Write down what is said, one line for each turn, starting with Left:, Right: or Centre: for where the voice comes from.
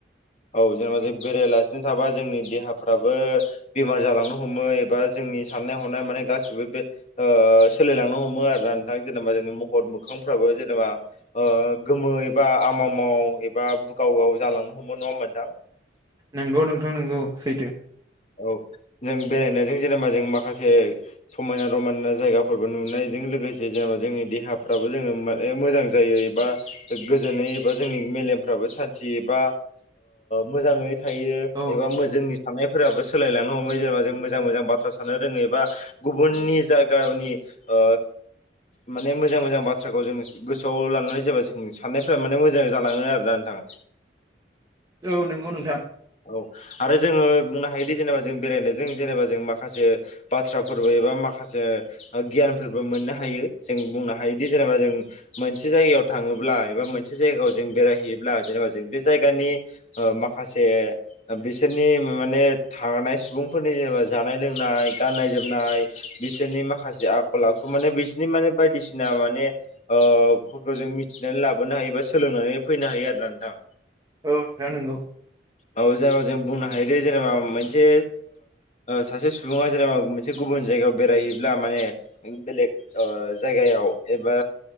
Left: औ जेनेबा जों बेरायलासिनो थाबा जोंनि देहाफ्राबो बेमार जालांनो हमो एबा जों जोंनि साननाय हनाय माने गासिबो बे सोलायलांनो हमो आरो ना नोंथां जेनेबा जोंनि महर मोखां फ्राबो जेनेबा गोमो एबा आमावमाव एबा बुगावगाव जालांनो हम हमो नङा होमबा नोंथां
Right: नोंगौ नोंथां नोंगौ सैथो
Left: औ जों बेरायनायजों जेनेबा जों माखासे समायना रमायना जायगाफोरबो नुनायजों लोगोसे जों जोंनि देहाफ्राबो जोङो माने मोजां जायो एबा गोजोनै एबा जोंनि मेलेमफ्राबो साय थि एबा मोजाङै थायो
Right: औ
Left: एबा जोंनि साननाय फोराबो सोलायलांनो हमबाय जेनेबा जों मोजां मोजां बाथ्रा साननो रोङोै एबा गुबुननि जायगानि अ माने मोजां मोजां बाथ्राखौ जों गोसोआव लानानै जाबा जों साननायफ्रा माने मोजां जालाङो आरोना नोंथां
Right: औ नंगौ नोंथां
Left: औ आरो जोङो बुंनो हायोदि जेनेबा जों बेरायनायजों जेनेबा जों माखासे बाथ्राफोरबो एबा माखासे गियान मोननो हायो जों बुंनो हायोदि जेनेबा जों मोनसे जायगायाव थाङोब्ला एबा मोनसे जायगायाव जों बेरायहैयोब्ला जेनेबा जों बे जायगानि माखासे बिसोरनि माने थानाय सुबुंफोरनि जेनेबा जानाय लोंनाय गाननाय जोमनाय बिसोरनि माखासे आखल आखु माने बिसोरनि माने बायदिसिना माने फोरखौ जों मिथिनानै लाबोनो हायो बा सोलोंनानै फैनो हायो आरो ना नोंथां।
Right: औ नोंथां नंगौ।
Left: औ जेनेबा जों बुंनो हायोदि जेनेबा मोनसे सासे सुबुङा जेनेबा एसे गुबुन जायगायाव बेरायहैब्ला माने बेलेग जायगायाव एबा